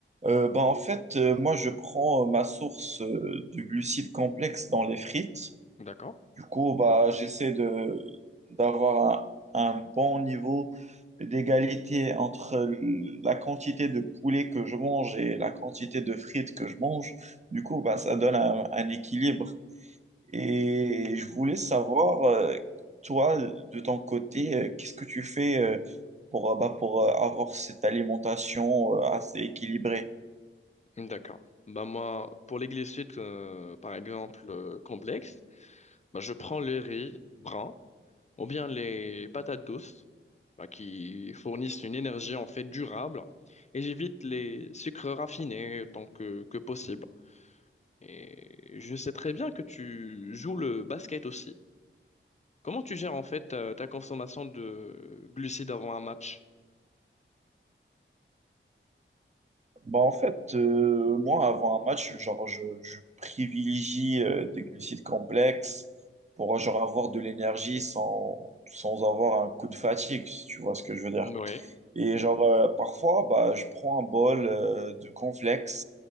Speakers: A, on the right (about 35°); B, on the left (about 35°).
A: Euh, bah, en fait, euh, moi, je prends euh, ma source euh, de glucides complexes dans les frites.
B: D'accord.
A: Du coup, bah, j'essaie de d'avoir un, un bon niveau d'égalité entre l- la quantité de poulet que je mange et la quantité de frites que je mange. Du coup, bah, ça donne un, un équilibre. Et je voulais savoir, euh, toi, de ton côté, euh, qu'est-ce que tu fais euh, pour, euh, bah, pour euh, avoir cette alimentation euh, assez équilibrée?
B: D'accord. Bah moi, pour les glucides, euh, par exemple, euh, complexes, bah je prends le riz brun ou bien les patates douces, bah, qui fournissent une énergie en fait durable, et j'évite les sucres raffinés autant que, que possible. Et je sais très bien que tu joues le basket aussi. Comment tu gères en fait ta, ta consommation de glucides avant un match?
A: Bah en fait, euh, moi, avant un match, genre, je, je privilégie euh, des glucides complexes pour genre, avoir de l'énergie sans, sans avoir un coup de fatigue, si tu vois ce que je veux dire.
B: Oui.
A: Et genre, euh, parfois, bah, je prends un bol euh, de cornflakes.